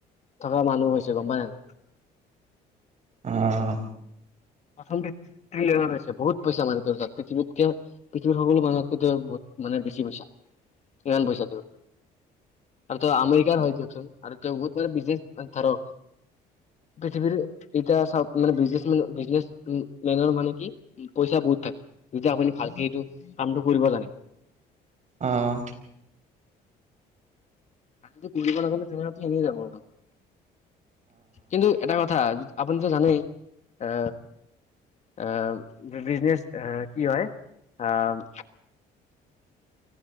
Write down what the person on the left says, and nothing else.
থকা মানুহ হৈছে গম পাই নে নাই
প্ৰথমছে বহুত পইচা মানে তোৰ তাত পৃথিৱীতক পৃথিৱীৰ সকলো মানুহতক বহুত মানে বেছি পইচা কিমান পইচাটোৰ আৰু ত আমেৰিকাৰ হয় দেয়ওকচোন আৰু ত মানে ধৰ পৃথিৱীৰ এতিয়া চাওক মানে বিজনেছ মেন উ মেনৰ মানে কি পইচা বহুত থাকে যেতিয়া আপুনি ভালকে এইটো কামটো কৰিব জানে
আৰু য কৰিবি ন তেনে এনে যাব কিন্তু এটা কথা আপুনিটো জানেই আ আহ বিজনেছ কি হয় আহ।